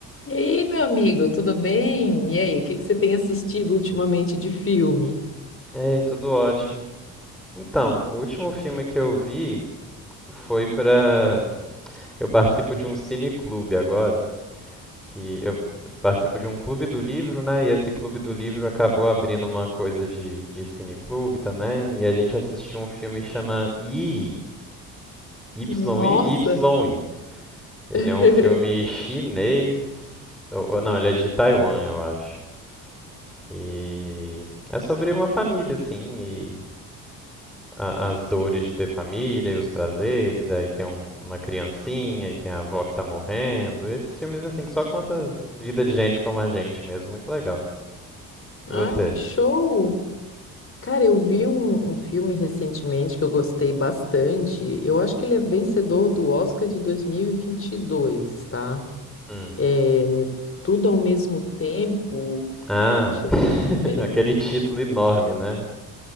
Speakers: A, on the left; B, in the centre.
A: E aí, meu amigo, tudo bem? E aí, o que que você tem assistido ultimamente de filme?
B: Ei, tudo ótimo. Então, o último filme que eu vi foi pra. Eu participo de um cineclube agora, que eu participo de um clube do livro, né? E esse clube do livro acabou abrindo uma coisa de, de cineclube também, e a gente assistiu um filme que chama Yi, Y-I-Y-I.
A: Nossa!
B: Ele
A: <laughs>
B: é um filme chinês, ou ou não, ele é de Taiwan, eu acho. E é sobre uma família, assim, a- as dores de ter família e os prazeres, aí tem um- uma criancinha e tem a avó que tá morrendo. Esses filmes assim que só conta vida de gente como a gente mesmo, muito legal.
A: Ah,
B: E você?
A: que show! Cara, eu vi um, um filme recentemente que eu gostei bastante. Eu acho que ele é vencedor do Oscar de dois mil e e vinte e dois, tá?
B: Hum.
A: É Tudo ao mesmo tempo.
B: Ah,
A: Deixa
B: <laughs>
A: eu ver aqui, peraí.
B: aquele título enorme, né?